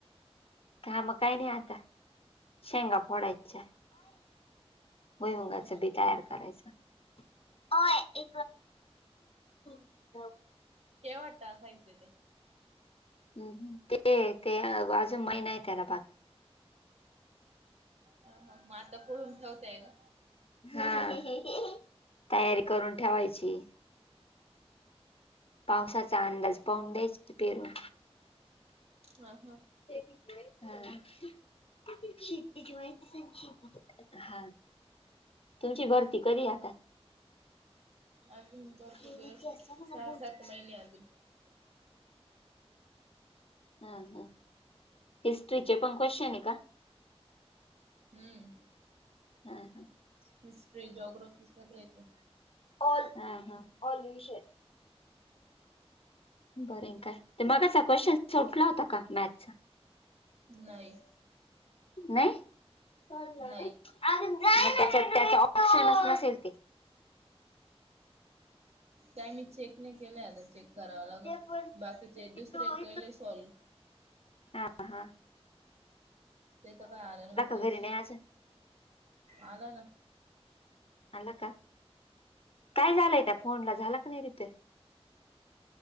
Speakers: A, on the left; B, on the right.
A: काम काय नाही आता, शेंगा फोडायच्या. भुईमुगाच
B: ह ह
A: बी तयार करायचं. ओय <unintelligible>
B: केव्हां टाकायच ते?
A: हम्म हम्म ते ते आव अजून महीना आहे त्याला बाकी.
B: हां हां म आता फोडून ठेवताय का?
A: हां, तयारी करून ठेवायची. पावसाचा अंदाज पाहुन, द्याचकी पेरून.
B: हां हां.
A: हम्म. शेतीची माहिती सांग की, हा. तुमची भरती कधीय आता?
B: अजून भरपूर
A: इतिहास
B: दिवस आहे,
A: सांग ना
B: सहा
A: भौतिक
B: सात महिने अजून.
A: हां हां. हिस्ट्रीचे पण क्वशनहे का?
B: हम्म.
A: हां हां- <unintelligible>
B: हिस्ट्री जॉग्राॅफी सगळे येतय.
A: ऑल हां हां ऑल विषय- बरये का. ते मागासचा क्वशन सुटला होता का मॅथ्सचा.
B: नाही
A: नाहीं. मग
B: नाही
A: त्याच्यात. त्यात ऑप्शनच नसेल ते.
B: काय मी चेक नाही केलंय. आता चेक- कराव लागल.
A: ते पण
B: बाकीचे
A: तिथून
B: दुसरे कले सॉल.
A: अंहा-
B: ते तर काय आलेले नव्हतेच.
A: घरी नाही अजून
B: आला नां-
A: आला का काय झालंय त्या फोनला. झाला का नाही रिपेअर?